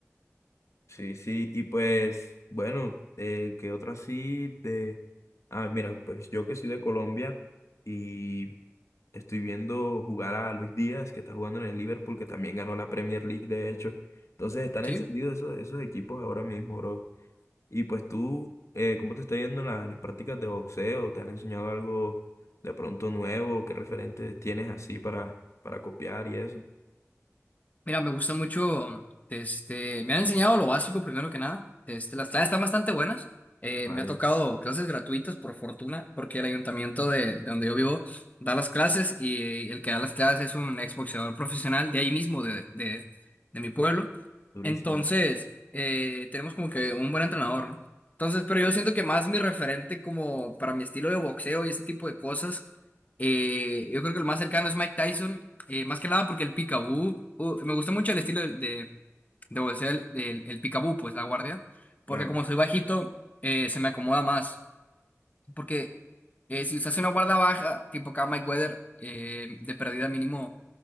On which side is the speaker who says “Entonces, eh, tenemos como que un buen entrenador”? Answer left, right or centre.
Left